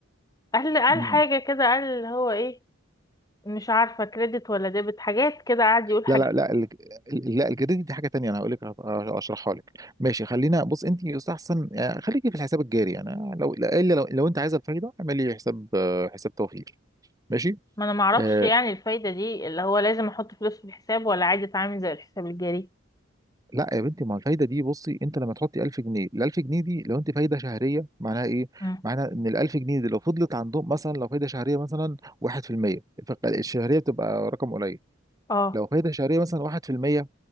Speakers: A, on the left (about 20°); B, on the right (about 20°).
A: قال قال
B: مم.
A: حاجه كده قال هو ايه مش عارفه كريدت ولا ديبت حاجات كده قعد يقول حاجات
B: لا لا لا ال- ال- لا الجديد دي حاجة تانية أنا هقول لك أشرحها لك ماشي خلينا بص أنت يستحسن يعني خليكي في الحساب الجاري يعني لو إلا لو, لو أنت عايزة الفايدة اعملي حساب آه، حساب توفير ماشي
A: ما انا ما اعرفش
B: آه،
A: يعني الفايده دي اللي هو لازم احط فلوس في الحساب ولا عادي اتعامل زي الحساب الجاري
B: لا يا بنتي ما هو الفايده دي بصي انت لما تحطي 1000 جنيه ال 1000 جنيه دي لو انت فايده شهريه معناها ايه؟
A: مم.
B: معناها ان ال 1000 جنيه دي لو فضلت عندهم مثلا لو فايده شهريه مثلا 1% فالشهريه بتبقى رقم قليل
A: اه
B: لو فايده شهريه مثلا 1%